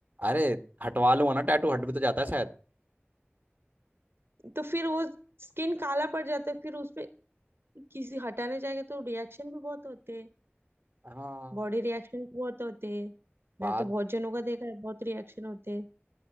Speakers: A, on the right; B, on the right.
A: अरे हटवा लूंगा ना टैटू हट भी तो जाता है शायद
B: तो फिर वो स्किन काला पड़ जाता है फिर उसपे किसी हटाने जाएंगे तो रिएक्शन भी बहुत होते हैं
A: हाँ
B: बॉडी रिएक्शन भी बहुत होते हैं
A: बात
B: मैंने तो बहुत जनों का देखा है बहुत रिएक्शन होते हैं